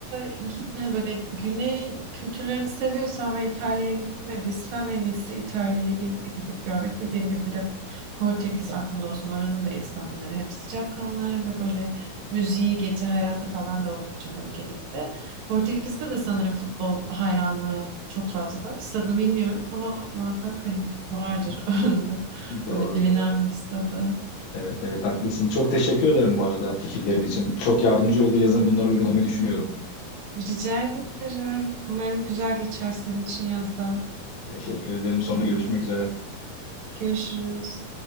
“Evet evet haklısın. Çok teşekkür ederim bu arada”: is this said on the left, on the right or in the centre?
Left